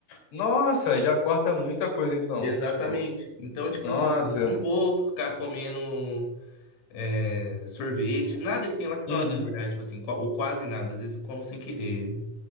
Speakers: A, on the left (about 60°); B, on the left (about 85°).
A: Nossa, já corta muita coisa então.
B: Exatamente.
A: Tipo,
B: Então, tipo
A: nossa.
B: assim, eu não vou ficar comendo é, sorvete, nada que tenha lactose,
A: Uhum.
B: na verdade, tipo assim, qua- ou quase nada, às vezes eu como sem querer,